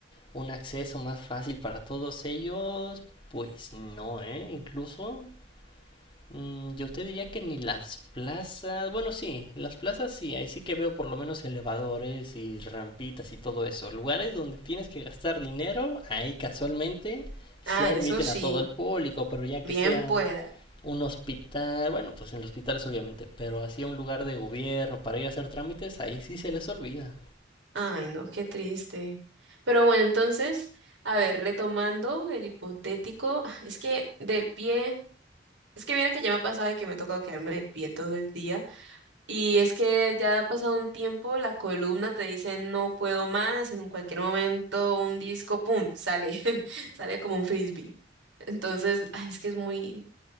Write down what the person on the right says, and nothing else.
Ah,
eso sí,
bien
pueda.
Ay, no, qué triste. Pero bueno, entonces, a ver, retomando el hipotético, <sighs> es que de pie, es que mira que ya me ha pasado de que me ha tocado quedarme de pie todo el día. Y es que ya ha pasado un tiempo, la columna te dice no puedo más, en cualquier momento un disco, ¡pum!, sale, <laughs> sale como un frisbee. Entonces, ay, es que es muy,